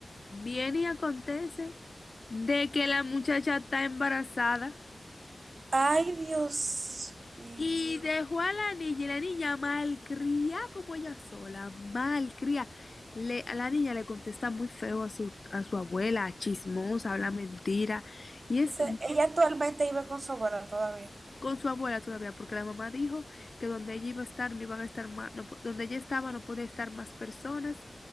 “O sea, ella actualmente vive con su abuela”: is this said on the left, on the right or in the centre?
Right